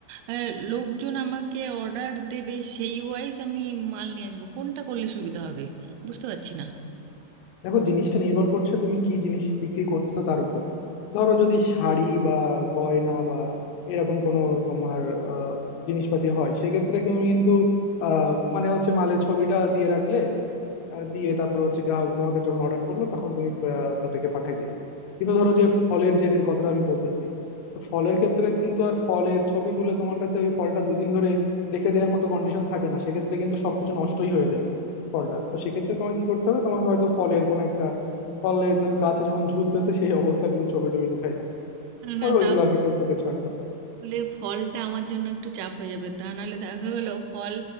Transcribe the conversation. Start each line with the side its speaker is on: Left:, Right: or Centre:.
Right: আহ, লোকজন আমাকে অর্ডার দেবে সেই ওয়াইজ আমি মাল নিয়ে আসবো কোনটা করলে সুবিধা হবে বুঝতে পারছি না
Left: দেখো জিনিসটা নির্ভর করছে তুমি কি জিনিস বিক্রি করছো তার উপর ধরো যদি শাড়ি বা গয়না বা এরকম কোনো তোমার আহ, জিনিসপাতি হয় সেক্ষেত্রে তুমি কিন্তু আহ, মানে হচ্ছে মালের ছবিটা দিয়ে রাখলে আহ, দিয়ে তারপর হচ্ছে গ্রাহক তোমাকে যখন অর্ডার করলো তখন তুমি আহ, তাদেরকে পাঠিয়ে দিলা কিন্তু ধরো যে ফলের যে কথাটা আমি বলতেছি তো ফলের ক্ষেত্রে কিন্তু আর ফলের ছবি তুলে তোমার কাছে ওই ফলটা দুই দিন ধরে রেখে দেওয়ার মতো কন্ডিশন থাকে না সেক্ষেত্রে কিন্তু সবকিছু নষ্টই হয়ে যাবে ফলটা তো সেক্ষেত্রে তোমাকে কি করতে হবে তোমাকে হয়তো ফলের কোনো একটা ফলে যখন গাছে যখন ঝুলতেছে সেই অবস্থার কিছু ছবি টবি উঠাইলাম পরে
Right: না
Left: ওইগুলো আর কি ফেসবুকে ছাড়লাম
Right: বলে ফলটা আমার জন্য একটু চাপ হয়ে যাবে তা নাহলে দেখা গেল ফল